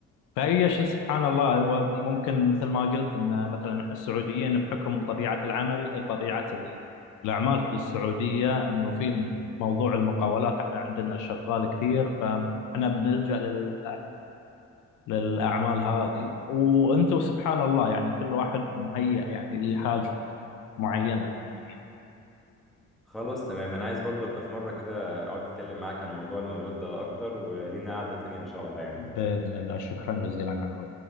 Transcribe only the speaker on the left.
فهي شو سبحان الله هو ممكن مثل ما قلت ان مثلا احنا السعوديين بحكم طبيعه العمل طبيعه ال- الاعمال في السعوديه انه في
موضوع المقاولات احنا عندنا شغال كثير فاحنا بنلجا لل... للاعمال هذه وانتم سبحان الله يعني كل واحد مهيأ يعني لحاجه معينه في الدنيا
باذن الله شكرا جزيلا على